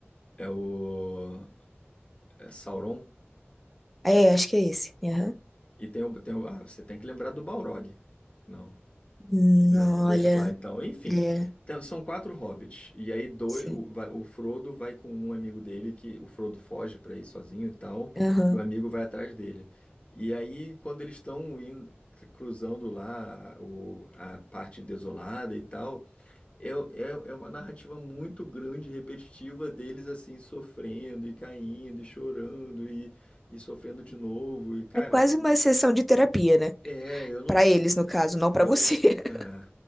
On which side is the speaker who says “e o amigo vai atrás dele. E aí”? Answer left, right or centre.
Left